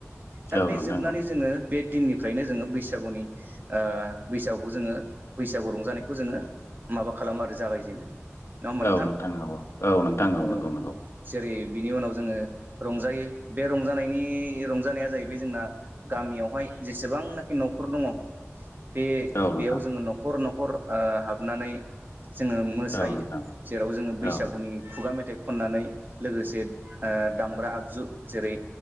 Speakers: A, on the left (about 65°); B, on the right (about 40°).
A: औ
B: दा बे
A: नोंथां
B: जोबनानै जोङो बे दिननिफ्रायनो जोङो बैसागुनि ओ बैसागु खौ जोङो बैसागु रंजानायखौ जोङो माबा खालामो आरो जागायजेनो। नङा होमबा
A: औ
B: नोंथां?
A: औ औ नोंथां नंगौ
B: औ
A: नंगौ
B: जेरै बिनि उनाव जोङो रंजायो बे रंजानाय नि रंजानाया जाहैबाय जोंना गामियावहाय जेसेबांनाखि न'खर दङ बे
A: औ
B: बेयाव
A: नोंथां
B: जोङो न'खर न'खर ओ हाबनानै जोङो मोसायो
A: औ नोंथां
B: जेराव जोङो बैसागुनि
A: औ
B: खुगा मेथाइ खननानै लोगोसे ओ दामग्रा आगजु जेरै